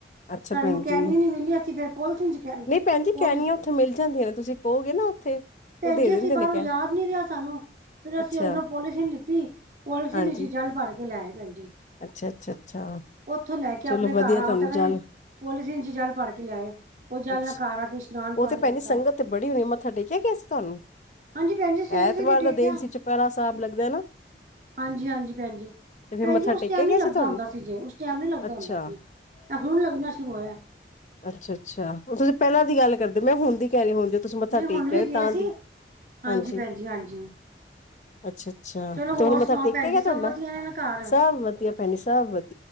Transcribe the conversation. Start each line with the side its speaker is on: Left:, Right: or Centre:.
Left: ਅੱਛਾ
Right: ਸਾਨੂੰ
Left: ਭੈਣ
Right: ਕੈਨੀ
Left: ਜੀ
Right: ਨੀ ਮਿਲੀ ਅਸੀਂ ਫਿਰ ਪੋਲੀਥੀਨ ਚ ਕੈਨੀ
Left: ਨਹੀਂ ਭੈਣ ਜੀ
Right: ਪੋਲੀ
Left: ਕੈਨੀਆਂ ਉੱਥੇ ਮਿਲ ਜਾਂਦੀਆਂ ਨੇ ਤੁਸੀਂ ਕਹੋਗੇ ਨਾ ਉੱਥੇ
Right: ਭੈਣ
Left: ਉਹ ਦੇ
Right: ਜੀ
Left: ਦਿੰਦੇ
Right: ਅਸੀਂ ਬਾਹਰੋਂ
Left: ਨੇ ਕਹਿ
Right: ਯਾਦ ਨੀ ਰਿਹਾ ਸਾਨੂੰ। ਫੇਰ ਅਸੀਂ
Left: ਅੱਛਾ
Right: ਅੰਦਰੋਂ ਪੋਲੀਥੀਨ ਲਿੱਤੀ ਪੋਲੀਥੀਨ
Left: ਹਾਂਜੀ,
Right: ਵਿਚ ਜਲ ਭਰ ਕੇ ਲੈ ਆਏ ਭੈਣ ਜੀ।
Left: ਅੱਛਾ-ਅੱਛਾ-ਅੱਛਾ
Right: ਉੱਥੋਂ ਲੈ ਕੇ
Left: ਚਲੋ
Right: ਆਪਣੇ
Left: ਵਧੀਆ
Right: ਘਰ
Left: ਤੁਹਾਨੂੰ
Right: ਆਉਣ ਤੱਕ
Left: ਜਲ
Right: ਅਸੀਂ ਪੋਲੀਥੀਨ ਚ ਜਲ ਭਰ ਕੇ ਲਿਆਏ, ਉਹ ਜਲ
Left: ਅੱਛਾ
Right: ਨਾਲ ਘਰ ਆਕੇ ਇਸ਼ਨਾਨ ਪਾਣੀ
Left: ਉਹ ਤੇ ਭੈਣਜੀ
Right: ਕੀਤਾ।
Left: ਸੰਗਤ ਤੇ ਬੜੀ ਹੋਣੀ ਮੱਥਾ ਟੇਕਿਆ ਗਿਆ ਸੀ ਤੁਹਾਨੂੰ?
Right: ਹਾਂਜੀ ਭੈਣ ਜੀ ਸਵੇਰੇ
Left: ਐਤਵਾਰ
Right: -ਸਵੇਰੇ ਟੇਕਿਆ।
Left: ਦਾ ਦਿਨ ਸੀ ਚੁਪਹਿਰਾ ਸਾਹਿਬ ਲੱਗਦਾ ਨਾ
Right: ਹਾਂਜੀ- ਹਾਂਜੀ ਭੈਣਜੀ।
Left: ਤੇ ਫਿਰ
Right: ਭੈਣ
Left: ਮੱਥਾ
Right: ਜੀ ਉਸ
Left: ਟੇਕਿਆ
Right: ਟਾਈਮ ਨੀ
Left: ਗਿਆ
Right: ਲੱਗਦਾ
Left: ਸੀ ਤੁਹਾਨੂੰ?
Right: ਹੁੰਦਾ ਸੀ ਜੇ ਉਸ ਟਾਈਮ ਨੀ ਲੱਗਦਾ
Left: ਅੱਛਾ,
Right: ਹੁੰਦਾ ਸੀ ਹੁਣ ਲੱਗਣਾ ਸ਼ੁਰੂ ਹੋਇਆ।
Left: ਅੱਛਾ- ਅੱਛਾ ਹੁਣ ਤੁਸੀਂ ਪਹਿਲਾਂ ਦੀ ਗੱਲ ਕਰਦੇ ਮੈਂ ਹੁਣ ਦੀ ਕਹਿ ਰਹੀ ਹਾਂ ਹੁਣ ਦੀ ਤੁਸੀਂ ਮੱਥਾ
Right: ਨਹੀਂ ਹੁਣ
Left: ਟੇਕ
Right: ਵੀ
Left: ਆਇਓ
Right: ਗਏ
Left: ਤਾਂ ਦੀ
Right: ਸੀ
Left: ਹਾਂਜੀ,
Right: ਭੈਣ ਜੀ ਹਾਂਜੀ।
Left: ਅੱਛਾ। ਅੱਛਾ
Right: ਚਲੋ
Left: ਤੇ
Right: ਹੋਰ
Left: ਹੁਣ ਮੱਥਾ
Right: ਸੁਣਾਓ
Left: ਟੇਕਿਆ
Right: ਭੈਣ ਜੀ
Left: ਗਿਆ
Right: ਸਭ
Left: ਤੁਹਾਡਾ,
Right: ਵਧੀਆ ਨੇ ਨਾ ਘਰ
Left: ਸਭ ਵਧੀਆ ਭੈਣ ਜੀ ਸਭ ਵਧੀਆ।